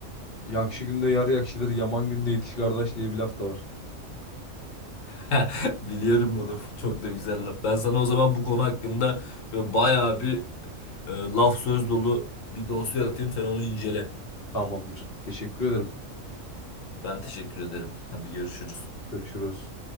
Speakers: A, on the left; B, on the left.
A: Yakşı günde yar yakşıdır, yaman günde yetiş kardeş diye bir laf da var.
B: <laughs> Biliyorum bu laf. Çok da güzel laf. Ben sana o zaman bu konu hakkında şöyle bayağı bir e, laf söz dolu bir dosya atayım. Sen onu incele.
A: Tamamdır. Teşekkür ederim.
B: Ben teşekkür ederim. Hadi görüşürüz.
A: Görüşürüz.